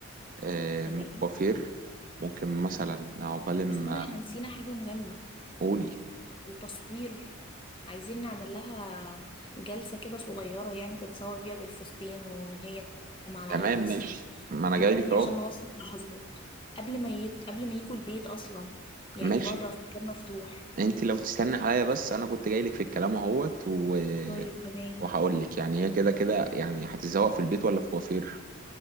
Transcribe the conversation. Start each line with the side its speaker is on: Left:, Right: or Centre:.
Right: آه،
Left: تمام
Right: من الكوافير ممكن مثلا عقبال ما
Left: استنى احنا نسينا حاجة مهمة
Right: قولي
Left: التصوير عايزين نعمل لها جلسة كده صغيرة يعني تتصور بيها بالفستان وهي مع العريس
Right: تمام ماشي
Left: وكده
Right: ما انا جاي لك
Left: يعني
Right: اهو
Left: عشان نوثق لحظات قبل ما يت... قبل ما يجوا البيت أصلا يعني
Right: ماشي
Left: بره في مكان مفتوح
Right: انت لو تستني عليا بس انا كنت جاي لك في الكلام اهوت و...
Left: طيب تمام
Right: وهقول لك يعني هي كده كده يعني هتتزوق في البيت ولا في كوافير